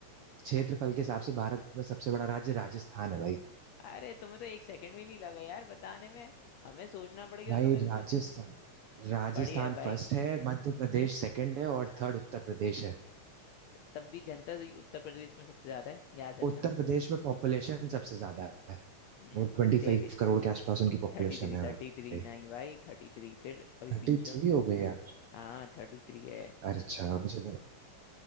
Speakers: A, on the right; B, on the left.
A: क्षेत्रफल के हिसाब से भारत में सबसे बड़ा राज्य राजस्थान है भाई
B: अरे तुम्हें तो एक सेकंड भी नहीं लगा यार बताने में हमें सोचना पड़ गया
A: भाई
B: तुम्हें
A: राजस्थान
B: कुछ
A: राजस्थान
B: बढ़िया है भाई
A: फर्स्ट है मध्य प्रदेश सेकंड है और थर्ड उत्तर प्रदेश है
B: तब भी जनता से उत्तर प्रदेश में सबसे ज्यादा है याद रखना
A: उत्तर प्रदेश में पॉपुलेशन सबसे ज्यादा है
B: हम्म
A: वो ट्वेंटी
B: थर्टी
A: फाइव करोड़ के आसपास उनकी पॉपुलेशन
B: थ्री
A: है
B: थर्टी
A: भाई
B: थ्री नहीं भाई थर्टी थ्री फिर अभी
A: थर्टी
B: पीछे
A: थ्री
B: हो।
A: हो गई है
B: हाँ थर्टी थ्री है
A: अरे अच्छा मुझे लगा